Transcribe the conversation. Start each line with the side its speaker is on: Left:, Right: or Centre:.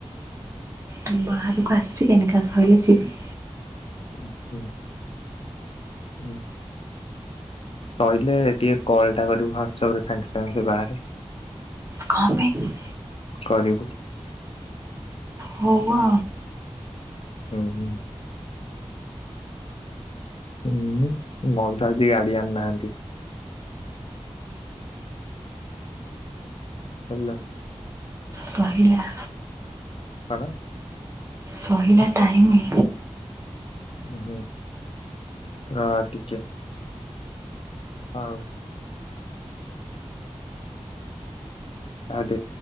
Right: ମୁଁ ବାହାରକୁ ଆସ୍ଚି କେନିକା ସ‌ଇଲେ ଯିବି।
Left: ଉ ହୁଁ। ହୁଁ। ସଇଲେ ଟିକେ କଲ୍ ଟା କରିବୁ ହ୍ୱାଟସପ୍ ରେ ସାଙ୍ଗ୍ ସାଙ୍ଗେ ସେ ବାହାରେ।
Right: କ ପାଇଁ?
Left: କରିବୁ।
Right: ହଉଆ
Left: ହୁଁ -ହୁଁ। ହୁଁ ମଉସା ଆଜି ଗାଡି ଆଣି ନାହାନ୍ତି। ହାଲୋ।
Right: କହିଲା।
Left: କଣ?
Right: କହିଲା ଟାଇମି।
Left: ହୁଁ ରହ ଟିକେ। ହଉ। କାଟେ।